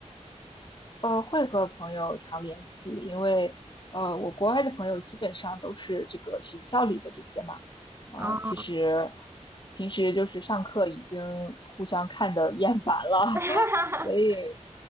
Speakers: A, on the left (about 40°); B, on the right (about 20°).
A: 呃，会和朋友常联系，因为呃，我国外的朋友基本上都是这个学校里的这些嘛，呃，
B: 啊
A: 其实平时就是上课已经互相看得厌烦了，
B: <laughs>
A: <laughs> 所以
B: 啊